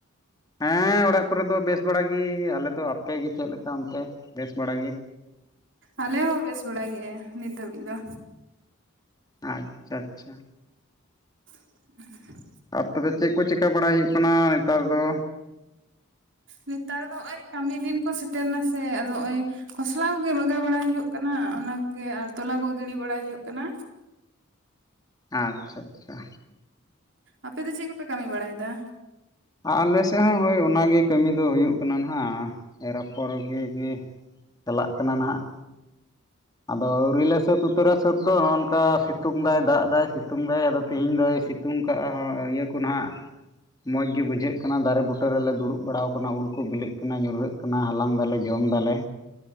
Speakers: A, on the left; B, on the right.
A: ᱦᱮᱸ ᱚᱲᱟᱜ ᱠᱚᱨᱮ ᱫᱚ ᱵᱮᱥ ᱵᱟᱲᱟᱜᱮ ᱟᱞᱮᱫᱚ ᱟᱯᱮ ᱜᱮ ᱪᱮᱫ ᱞᱮᱠᱟ ᱚᱱᱛᱮ ᱵᱮᱥ ᱵᱟᱲᱟᱜᱮ?
B: ᱟᱞᱮ ᱦᱚᱸ ᱵᱮᱥ ᱵᱟᱲᱟ ᱜᱮᱭᱟ ᱱᱤᱛ ᱫᱷᱟᱵᱤᱡ ᱫᱚ᱾
A: ᱟᱪᱪᱷᱟ, ᱟᱪᱪᱷᱟ
B: <inaudible>
A: ᱟᱨ ᱛᱚᱵᱮ ᱪᱮᱜ ᱠᱚ ᱪᱤᱠᱟ ᱵᱟᱲᱟ ᱭᱩᱜ ᱠᱟᱱᱟ, ᱮᱸᱛᱟᱨ ᱫᱚ?
B: ᱱᱮᱛᱟ ᱫᱚ ᱦᱚᱜᱼᱚᱭ ᱠᱟᱢᱤ ᱫᱤᱱ ᱠᱚ ᱥᱮᱴᱮᱱ ᱱᱟ ᱥᱮ! ᱟᱫᱚ ᱦᱚᱜᱼᱚᱭ ᱠᱷᱚᱥᱞᱟᱣ ᱜᱮ ᱵᱟᱜᱟᱣ ᱵᱟᱲᱟ ᱦᱩᱭᱩᱜ ᱠᱟᱱᱟ, ᱚᱱᱟ ᱠᱚᱜᱮ ᱟᱨ ᱛᱚᱞᱟ ᱠᱚ ᱜᱤᱰᱤ ᱵᱟᱲᱟᱭ ᱦᱩᱭᱩᱜ ᱠᱟᱱᱟ᱾
A: ᱟᱪᱪᱷᱟ-ᱪᱷᱟ!
B: ᱟᱯᱮ ᱫᱚ ᱪᱮᱜ ᱠᱚᱯᱮ ᱠᱟᱢᱤ ᱵᱟᱲᱟᱭ ᱫᱟ?
A: ᱟ ᱟᱞᱮ ᱥᱮᱦ ᱦᱚᱸ ᱦᱳᱭ ᱚᱱᱟᱜᱮ ᱠᱟᱹᱢᱤ ᱫᱚ ᱦᱩᱭᱩᱜ ᱠᱟᱱᱟ, ᱱᱟᱦᱟ ᱮᱨ ᱟᱯᱷᱚᱨ ᱜᱮ ᱜᱮ ᱛᱟᱞᱟᱜ ᱠᱟᱱᱟ ᱱᱟᱦᱟᱜ᱾ ᱟᱫᱚ ᱣᱟᱹᱣᱨᱤ ᱞᱮ ᱥᱟᱹᱛ ᱩᱛᱟᱹᱨᱟ ᱥᱟᱹᱛ ᱫᱚ, ᱚᱱᱼᱠᱟ ᱥᱤᱛᱩᱝ ᱫᱟᱭ, ᱫᱟᱜ ᱟᱭ, ᱥᱤᱛᱩᱝ ᱫᱟᱭ, ᱟᱫᱚ ᱛᱤᱦᱤᱧ ᱫᱚᱭ ᱥᱤᱛ- -ᱛᱩᱝ ᱠᱟᱜᱼᱟ ᱦᱚᱸ ᱤᱭᱟᱹ ᱠᱚ ᱱᱟᱦᱟᱜ ᱢᱚᱡ ᱜᱮ ᱵᱩᱡᱷᱟᱹᱜ ᱠᱟᱱᱟ, ᱫᱟᱨᱮ ᱵᱩᱴᱟᱹ ᱨᱮᱞᱮ ᱫᱩᱲᱩᱵ ᱵᱟᱲᱟᱟᱣ ᱠᱟᱱᱟ, ᱩᱞ ᱠᱚ ᱵᱤᱞᱤᱜ ᱠᱟᱱᱟ, ᱧᱩᱨᱦᱟᱹᱜ ᱠᱟᱱᱟ, ᱦᱟᱞᱟᱝ ᱫᱟᱞᱮ, ᱡᱚᱢᱫᱟᱞᱮ᱾